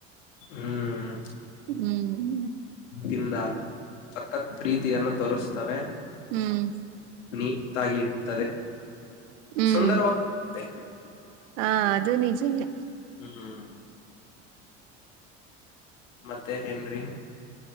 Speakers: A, on the left (about 85°); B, on the right (about 80°).
A: ಹ್ಮ್
B: ಹ್ಮ್
A: ದಿಂದ <inaudible> ಸಕ್ಕತ್ ಪ್ರೀತಿಯನ್ನು ತೋರಿಸ್ತವೆ
B: ಹ್ಮ್
A: ನಿಯತ್ತಾಗಿ ಇರುತ್ತದೆ
B: ಹ್ಮ್
A: ಸುಂದರವಾಗುತೇ. <inaudible> <unintelligible> <inaudible>
B: ಹಾ, ಅದು ನಿಜನೇ. <inaudible>
A: ಹ್ಮ್, ಮತ್ತೆ ಏನ್ರಿ? <inaudible>